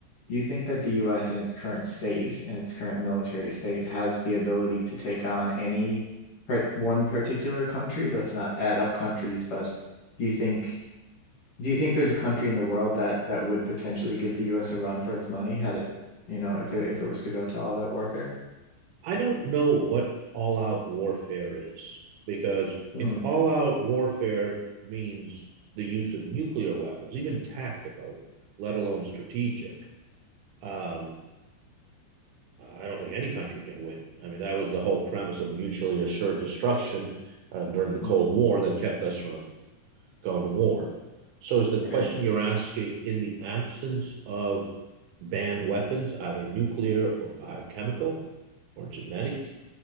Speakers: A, on the left; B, on the right.
A: do you think that the US in its current state, in its current military state, has the ability to take on any part, one particular country? Let's not add up countries, but do you think do you think there's a country in the world that that would potentially give the US a run for its money had it, you know, if it if it was to go to all-out warfare?
B: I don't know what all out warfare is because
A: Hmm,
B: if all out warfare means the use of nuclear weapons, even tactical, let alone strategic, um, I don't think any country can win. I mean, that was the whole premise of mutually assured destruction uh, during the Cold
A: hmm,
B: War that kept us from going to war. So, is the
A: right.
B: question you're asking in the absence of banned weapons, either nuclear or biochemical or genetic